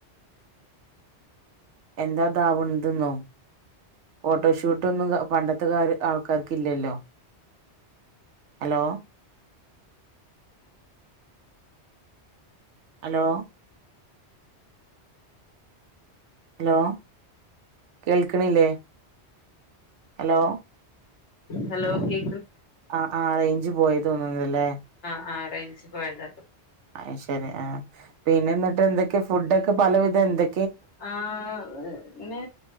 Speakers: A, on the right; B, on the left.
A: എന്താ ദാവണ്തെന്നോ ഫോട്ടോഷൂട്ടൊന്നും പണ്ടത്തകാല ആള്ക്കാാര്ക്കില്ലല്ലോ ഹലോ ഹലോ ഹലോ കേൾക്ക്ണില്ലേ ഹലോ
B: ഹലോ ഓക്കെ
A: ആ ആ റേഞ്ച് പോയി തോന്നുന്നല്ലേ
B: ആ റേഞ്ച് പോയത
A: അ ശരി ആ പിന്നെ എന്നട്ട് എന്തൊക്കെയ ഫുഡൊക്കെ പലവിധം എന്തൊ
B: ആ ഇന്ന്